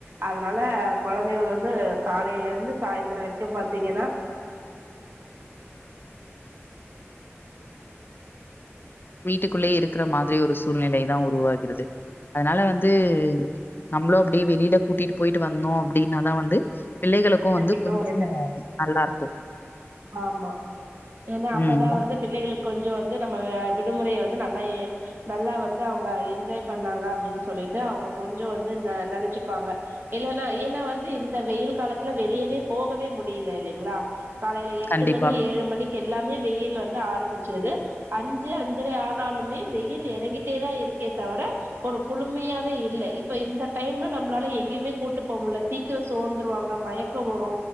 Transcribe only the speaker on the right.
அதனால கொழந்தைகள் வந்து காலேயில இருந்து சாயந்திர வரைக்கு பாத்தீங்கன்னா
எனக்
இன்னு
எட்ட
ஆமா ஏன்னா அப்பதா
வந்து பிள்ளைகளுக்கு கொஞ்சோ வந்து நம்ம விடுமுறய வ நல்லா நல்லா வந்து அவுங்க என்ஜாய் பண்ணாங்க அப்டின்னு சொல்லிட்டு அவுங்க கொஞ்சோ வந்து ந நெனச்சுப்பாங்க இல்லல்ல ஏனா வந்து இந்த வெயிலு வெளியவே போகவே முடியல இல்லைங்ளா காலேயில எட்டு
மணி ஏழு மணிக் எல்லாமே வெயில் வந்து ஆரம்பிச்சிருது அஞ்சு அஞ்சரை ஆனாலுமே வெயில் எறங்கிட்டேதா இருக்கே தவிர ஒரு குளுமையாவே இல்ல இப்ப இந்த டைம்ல நம்மளால எங்கயுமே கூட்டு போக முடில சீக்கிரோ சோந்துருவாங்க மயக்கோ வரு